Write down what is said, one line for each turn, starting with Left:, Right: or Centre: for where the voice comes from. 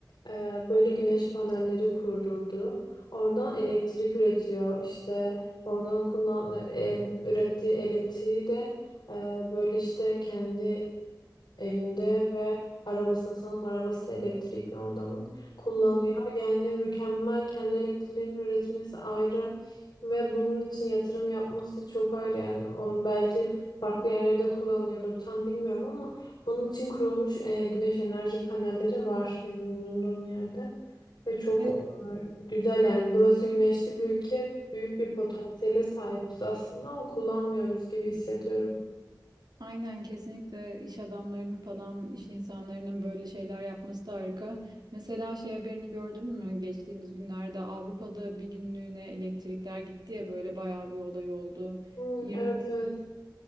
Left: e, böyle güneş panelleri kurdurdu. Oradan elektrik üretiyor. İşte oradan kullan e, ürettiği elektriği de e, böyle işte kendi evinde ve arabasını sanırım arabası da elektrikli o adamın kullanıyor.
Right: <laughs>
Left: Yani mükemmel kendi elektriklerini üretmesi ayrı ve bunun için yatırım yapması çok ayrı yani onu belki farklı yerlerde kullanıyordur tam bilmiyorum ama bunun için kurulmuş e, güneş enerji panelleri var benim bulunduğum yerde ve çok
Right: Evet
Left: e, güzel yani burası güneşli bir ülke büyük bir potansiyele sahibiz aslında ama kullanmıyoruz gibi hissediyorum.
Right: Aynen kesinlikle iş adamlarının falan iş insanlarının böyle şeyler yapması da harika. Mesela şey haberini gördün mü? Geçtiğimiz günlerde Avrupa'da bir günlüğüne elektrikler gitti ya böyle bayağı bir olay oldu.
Left: Hmm,
Right: 20
Left: evet evet.